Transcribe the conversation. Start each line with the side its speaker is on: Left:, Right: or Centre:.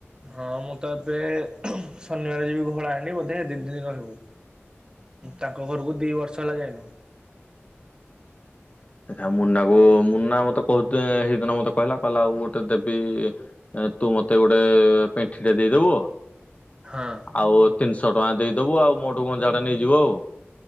Right: ହଁ ମୁଁ ତ ଏବେ ଶନିବାରେ ଯିବି ଘୋଡ଼ା ଆଣିବି ବୋଧେ ଦି ଦିନି ରହିବୁ। ତାଙ୍କ ଘରକୁ ଦି ବର୍ଷ ହେଲା ଯାଇନୁ।
Left: <unintelligible> ମୁନା କୁ ମୁନା ମତେ କହୁଥେ ହେଇଦିନ ମତେ କହିଲା କହିଲା ଆଉ ଗୋଟେ ଦେବି ତୁ ମତେ ଗୋଟେ ପେଣ୍ଠି ଟେ ଦେଇଦବୁ।
Right: ହଁ।
Left: ଆଉ ତିନିଶ ଟଙ୍କା ଦେଇଦବୁ ଆଉ ମୋଠୁ ଗଞ୍ଜା ଟେ ନେଇଯିବ ଆଉ।